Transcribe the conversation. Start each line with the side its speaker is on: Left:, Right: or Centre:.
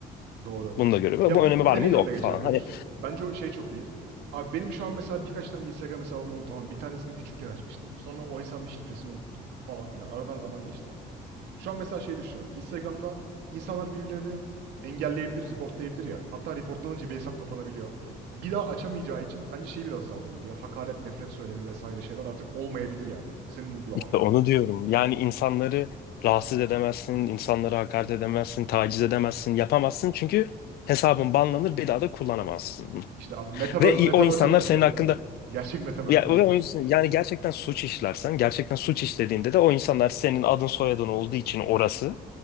Right: Doğru.
Left: Bunu da görüyor.
Right: Ya
Left: Bu
Right: bu
Left: önemi
Right: bir
Left: var
Right: de
Left: mı?
Right: neyin
Left: Yok
Right: önüne geçer
Left: falan.
Right: biliyor
Left: Hani
Right: musun? Bence o şey çok iyi. Abi benim şu an mesela birkaç tane Instagram hesabım oldu tamam. Bir tanesini küçükken açmıştım. Sonra o hesabın şifresini unuttum falan filan. Aradan zaman geçti. Şu an mesela şey düşünüyorum. Instagram'da insanlar birbirlerini engelleyebilir, reportlayabilir ya. Hatta reportlanınca bir hesap kapanabiliyor. Bir daha açamayacağı için bence şeyi biraz azaltabilir ya. Hakaret, nefret söylemi vesaire şeyler artık olmayabilir yani. Senin uygulamanda.
Left: işte onu diyorum. Yani insanları rahatsız edemezsin, insanlara hakaret edemezsin, taciz edemezsin, yapamazsın. Çünkü hesabın banlanır bir daha da kullanamazsın. bunu.
Right: İşte abi Metaverse,
Left: Ve i-
Right: Metaverse'e
Left: o insanlar
Right: dönüşecek
Left: senin hakkında
Right: bu değil mi? Gerçek Metaverse
Left: Ya,
Right: buymuş.
Left: o yüzden- yani gerçekten suç işlersen, gerçekten suç işlediğinde de o insanlar senin adın soyadın olduğu için orası